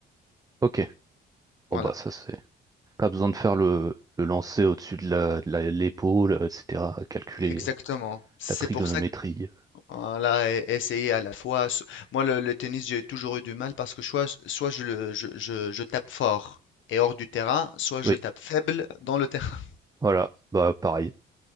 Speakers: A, on the right; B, on the left.
A: ok. Bon,
B: Voilà,
A: bah, ça, c'est. Pas besoin de faire le, le lancer au-dessus de la, de la- l'épaule, euh, etc. Calculer
B: exactement.
A: euh,
B: C'est
A: la trigonométrie.
B: pour ça que voilà, e- essayer à la fois. s- Moi, le, le tennis, j'ai toujours eu du mal parce que soit, soit je, le- je, je je tape fort et hors du terrain, soit je
A: Oui,
B: tape faible dans le terrain.
A: voilà, bah pareil.